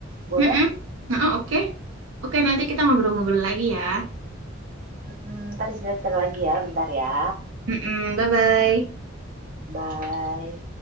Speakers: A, on the right (about 40°); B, on the right (about 80°).
A: Boleh?
B: mm, mm. Nah, oh, oke. Oke, nanti kita ngobrol-ngobrol lagi ya.
A: Mm, Ntar cerita-cerita lagi ya, bentar ya.
B: Mm-mm, bye-bye.
A: Bye.